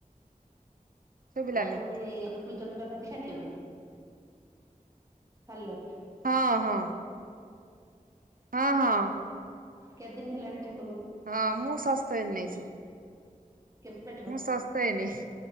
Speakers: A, on the right; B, on the right.
A: ଶୁଭିଲାନି
B: ନା ମାନେ ଅନୁକୂଳଚନ୍ଦ୍ରଙ୍କ ଦୀକ୍ଷା ନେଇଛନ୍ତି? ହ୍ୟାଲୋ।
A: ହଁ ହଁ। ହଁ, ହଁ।
B: କେତେଦିନ ହେଲାଣି ଠା
A: ହଁ ମୁଁ ସ୍ଵସ୍ତୟନି ନେଇଚି।
B: କେବେଠୁ
A: ମୁଁ ସ୍ଵସ୍ତୟନି